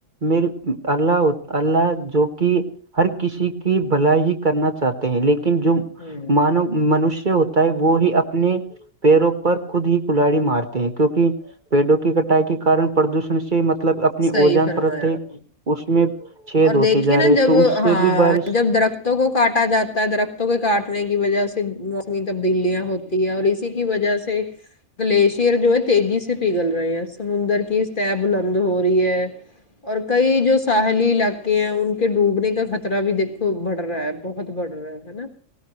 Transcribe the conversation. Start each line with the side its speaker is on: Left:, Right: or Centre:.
Right: میرے اللہ اللہ جو کہ ہر کسی کی بھلائی ہی کرنا چاہتے ہیں لیکن جو
Left: ہوں
Right: مانو منشیہ ہوتا ہے وہ ہی اپنے پیڑوں پر خود ہی کلاڑی مارتے ہیں کیوںکہ پیڑوں کی کٹائی کے کن پردوشن سے م مطلب اپنی
Left: صحیح
Right: اجان
Left: فرمایا
Right: پرت ہے
Left: آپ نے
Right: اس میں چد
Left: اور
Right: ہوتے
Left: دیکھیے
Right: جا
Left: نا
Right: رہے
Left: جب
Right: تو اس سے
Left: ہاں
Right: بھی بارش
Left: جب درخت ت کو کاٹا جاتا ہے درختوں کے کاٹنے کی وجہ سے موسمی تبدیلیاں ہوتی ہے اور اسی کی وجہ سے گلیشیئر جو ہے تیزی سے پگھل رہے ہیں سمندر کی اسطح بلند ہو رہی ہے اور کئی جو ساحلی لگ ے ہیں ان کے ڈوبنے کا خطرہ بھی دیکھو بڑھ رہا ہے بہت بڑھ رہا ہے ہے نا